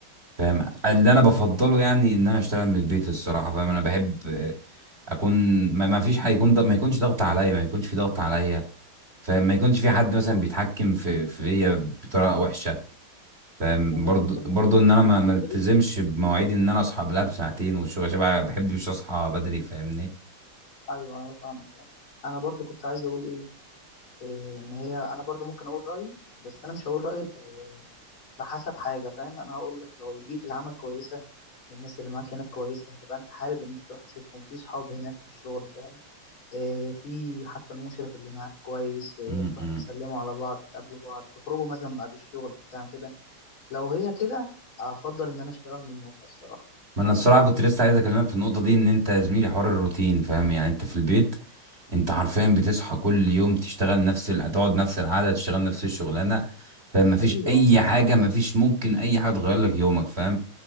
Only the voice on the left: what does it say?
بص
تمام
تمام
ما انا
كنت
لسه
ايوه ايوه فاهمك يعني. انا برضو كنت عايز اقول ايه إيه، ان هي انا برضو ممكن اقول رايي بس انا مش هقول رايي غير بحسب حاجه فاهم انا هقول لك لو البيئه العمل كويسه الناس اللي معاك هناك كويسه هتبقى انت حابب ان انت تروح تشوفهم في صحاب هناك في الشغل فاهم إيه، في حتى المشرف اللي معاك كويس إيه،
تروح تسلموا على بعض تقابلوا بعض تخرجوا مثلا بعد الشغل بتاع كده لو هي كده افضل ان انا اشتغل من الموقع الصراحه
ايوه
ما
تتحركش